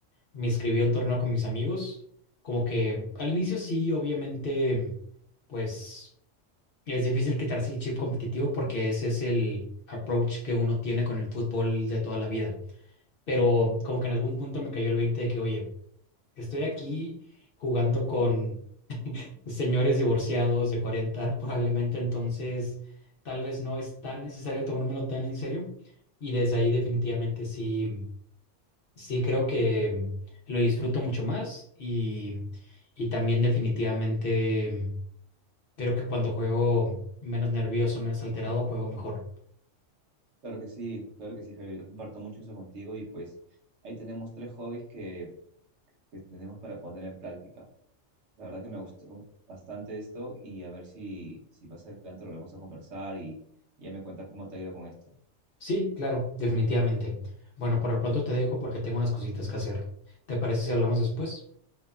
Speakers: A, on the left (about 60°); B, on the right (about 65°).
A: me inscribí a un torneo con mis amigos, como que al inicio sí, obviamente, pues es difícil quitarse el chip competitivo porque ese es el approach que uno tiene con el fútbol de toda la vida. Pero como que en algún punto me cayó el 20 de que, oye, estoy aquí jugando con señores divorciados de 40 <laughs> probablemente, entonces tal vez no es tan necesario tomármelo tan en serio. Y desde ahí definitivamente sí. Sí, creo que lo disfruto mucho más y, y también definitivamente creo que cuando juego menos nervioso, menos alterado, juego mejor.
B: Claro que sí, claro que sí, Javier, yo comparto mucho eso contigo y pues ahí tenemos tres hobbies que, que tenemos para poner en práctica. La verdad que me gustó bastante esto y a ver si, si más adelante volvemos a conversar y ya me cuentas cómo te ha ido con esto.
A: Sí, claro, definitivamente. Bueno, por lo pronto te dejo porque tengo unas cositas que hacer. ¿Te parece si hablamos después?